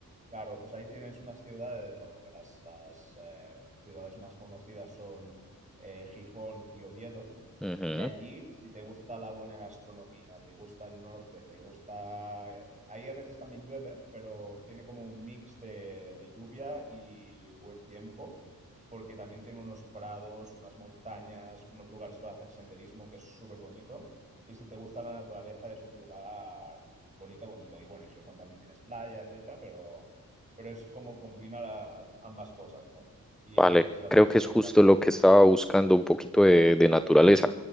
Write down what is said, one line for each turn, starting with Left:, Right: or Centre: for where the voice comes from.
Right: Claro, pues ahí tienes unas ciudades, bueno, que las, las, eh, ciudades más conocidas son eh, Gijón y Oviedo.
Centre: Ujú.
Right: Y allí, si te gusta la buena gastronomía, te gusta el norte, te gusta... eh, ahí a veces también llueve, pero tiene como un mix de, de lluvia y buen tiempo, porque también tiene unos prados, unas montañas, unos lugares para hacer senderismo, que es súper bonito. Y si te gusta la naturaleza, es un lugar bonito, bonito. Y bueno, en Gijón también tienes playa, etcétera, pero pero es como combina la- ambas cosas, ¿no? Y
Centre: Vale,
Right: es, la
Centre: creo
Right: verdad, es
Centre: que
Right: que
Centre: es
Right: es un
Centre: justo
Right: lugar muy,
Centre: lo
Right: muy
Centre: que
Right: bonito.
Centre: estaba buscando, un poquito de, de naturaleza.